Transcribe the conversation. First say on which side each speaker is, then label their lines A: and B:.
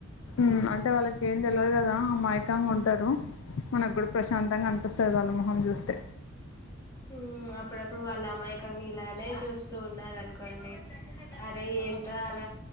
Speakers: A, on the left; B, on the left.
A: మ్ అంటే వాళ్ళకి ఏం తెలివదు కదా అమాయకంగా ఉంటారు మనకు కూడా ప్రశాంతంగా అనిపిస్తది వాళ్ళ మొహం చూస్తే
B: మ్ అప్పుడప్పుడు వాళ్ళు అమాయకంగా ఇలానే చూస్తూ ఉన్నారనుకోండి అరే ఎంత అల